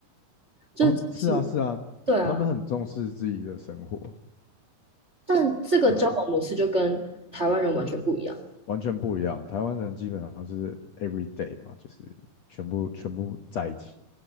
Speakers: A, on the right; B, on the left.
A: 就是是
B: 哦，是啊，是啊，
A: 对啊。
B: 他们很重视自己的生活，
A: 但这个交往模式就跟台湾人完全不一样。
B: 对，完全不一样。台湾人基本上是 every day 嘛，就是全部全部在一起。